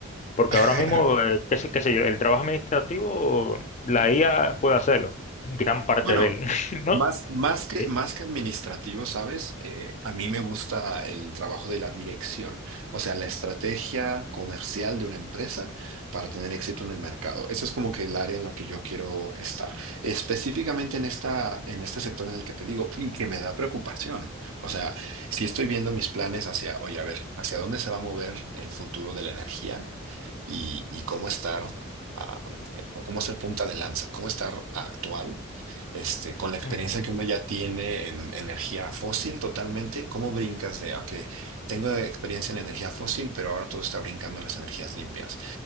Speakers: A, on the left (about 30°); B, on the right (about 75°).
A: Porque
B: <laughs>
A: ahora mismo, eh, qué sé, qué sé yo, el trabajo administrativo, la IA puede hacerlo, gran parte
B: Bueno,
A: de él, <laughs> ¿no?
B: más, más que,
A: Sí.
B: más que administrativo, ¿sabes? Eh, a mí me gusta el trabajo de la dirección, o sea, la estrategia comercial de una empresa para tener éxito en el mercado. Eso es como que el área en la que yo quiero estar, específicamente en esta, en este sector en el que te digo y que me da preocupación. O sea, si estoy viendo mis planes hacia, oye, a ver, hacia dónde se va a mover el futuro de la energía y, y cómo estar, ah, eh, cómo ser punta de lanza, cómo estar actual este, con la experiencia
A: Ujú,
B: que uno ya tiene en energía fósil totalmente, ¿cómo brincas de, ok, tengo experiencia en energía fósil, pero ahora todo está brincando en las energías limpias?